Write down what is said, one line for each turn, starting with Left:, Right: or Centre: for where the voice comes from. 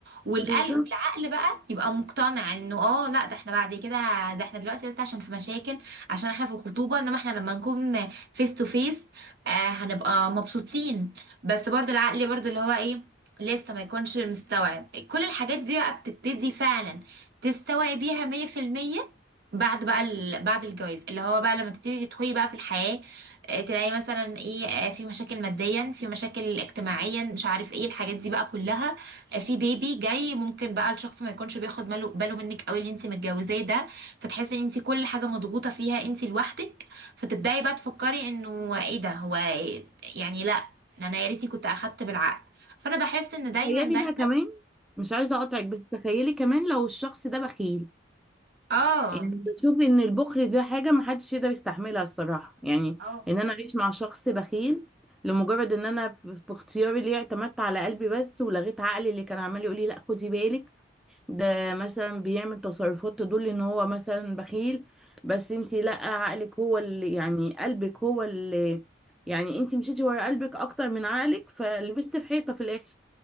Right: والقلب
Centre: بالظبط
Right: عقل بقى يبقى مقتنع انه اه لا ده احنا بعد كده ده احنا دلوقتي بس عشان في مشاكل عشان احنا في الخطوبة انما احنا لما نكون فيس تو فيس هنبقى مبسوطين بس برضو العقل برضو اللي هو ايه لسه ما يكونش مستوعب كل الحاجات دي بقى بتبتدي فعلا تستوعبيها مية في المية بعد بقى ال... بعد الجواز اللي هو بقى لما تبتدي تدخلي بقى في الحياة آه، تلاقي مثلا ايه آه، في مشاكل ماديا في مشاكل اجتماعيا مش عارف ايه الحاجات دي بقى كلها في بيبي جاي ممكن بقى الشخص ما يكونش بياخد باله باله منك قوي اللي انت متجوزاه ده فتحسي ان انت كل حاجه مضغوطه فيها انت لوحدك فتبداي بقى تفكري انه ايه ده هو إيه- يعني لا انا يا ريتني كنت اخدت بالعقل فانا بحس ان دايما
Centre: تخيلي
Right: دايما
Centre: بقى كمان مش عايزه اقطعك بس تخيلي كمان لو الشخص ده بخيل
Right: اه
Centre: يعني بشوف ان البخل ده حاجه محدش يقدر يستحملها الصراحه يعني
Right: اه
Centre: ان انا اعيش مع شخص بخيل لمجرد ان انا في في اختياري ليه اعتمدت على قلبي بس ولغيت عقلي اللي كان عمال يقول لي لا خدي بالك ده مثلا بيعمل تصرفات تدل ان هو مثلا بخيل بس انتي لا عقلك هو اللي يعني قلبك هو اللي يعني انتي مشيتي ورا قلبك اكتر من عقلك فلبست في حيطه في الاخر